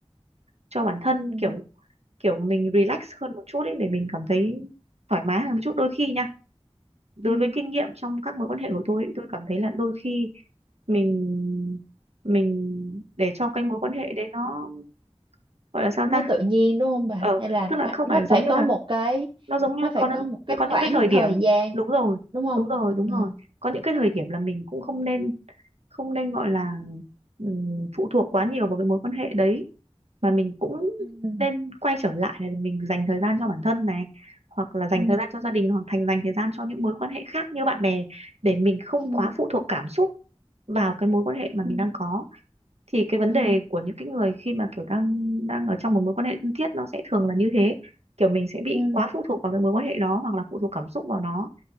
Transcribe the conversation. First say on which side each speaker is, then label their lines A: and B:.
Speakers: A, on the right; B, on the right.
A: cho bản thân
B: Ừ.
A: kiểu kiểu mình relax hơn một chút ấy để mình cảm thấy thoải mái hơn một chút đôi khi nha đối
B: Ừ.
A: với kinh nghiệm trong các mối quan hệ của tôi ý, tôi cảm thấy là đôi khi mình mình để cho cái
B: Ừ.
A: mối quan hệ đấy nó gọi là sao
B: nó
A: ta
B: tự nhiên đúng không bà
A: ờ
B: hay là
A: tức là
B: khoảng-
A: không
B: nó
A: phải giống
B: phải
A: như
B: có
A: là
B: một cái
A: nó giống như
B: nó phải
A: có những-
B: có một cái
A: có
B: khoảng
A: những cái thời điểm
B: thời gian
A: đúng rồi
B: đúng không
A: đúng rồi đúng
B: ừ.
A: rồi có những cái thời điểm là mình cũng không nên không nên gọi là ừm, phụ thuộc quá nhiều vào cái mối quan hệ đấy mà mình cũng
B: Ừ.
A: nên quay trở lại là mình dành thời gian cho bản thân này hoặc là dành
B: Ừ.
A: thời gian cho gia đình hoặc thành dành thời gian cho những mối quan hệ khác như bạn bè để mình không
B: Ừ.
A: quá phụ thuộc cảm xúc vào cái mối quan hệ mà mình
B: Ừ. Ừ.
A: đang có thì cái vấn
B: Ừ.
A: đề của những cái người khi mà kiểu đang đang ở trong một mối quan hệ thân thiết nó sẽ thường là như thế kiểu mình sẽ bị
B: Ừ.
A: quá phụ thuộc vào cái mối quan hệ đó hoặc là phụ thuộc cảm xúc vào nó